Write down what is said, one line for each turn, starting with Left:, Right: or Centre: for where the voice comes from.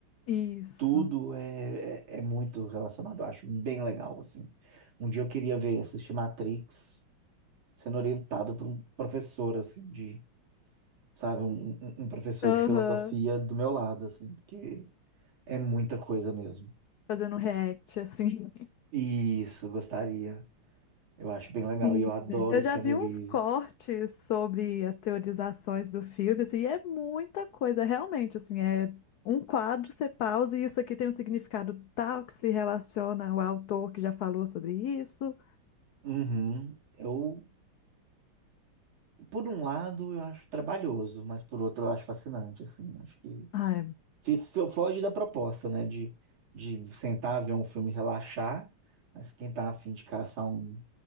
Left: isso.
Right: tudo é, é, é muito relacionado, eu acho bem legal, assim. Um dia eu queria ver, assistir Matrix sendo orientado por um professor, assim, de, sabe, um, um um professor
Left: Aham.
Right: de filosofia do meu lado, assim, porque é muita coisa mesmo.
Left: fazendo react, assim.
Right: Isso, gostaria. Eu acho bem
Left: Sim,
Right: legal e eu adoro
Left: velho. Eu
Right: Keanu
Left: já vi
Right: Reeves.
Left: uns cortes sobre as teorizações do filme, assim, e é muita coisa, realmente, assim, é um quadro, você pausa, e isso aqui tem um significado tal que se relaciona ao autor que já falou sobre isso.
Right: Uhum. Eu, por um lado, eu acho trabalhoso, mas por outro, eu acho fascinante, assim. Acho que
Left: Ah,
Right: fi- fi- foge da proposta, né? De, de sentar, ver um filme, e relaxar. Mas quem tá afim de caçar um,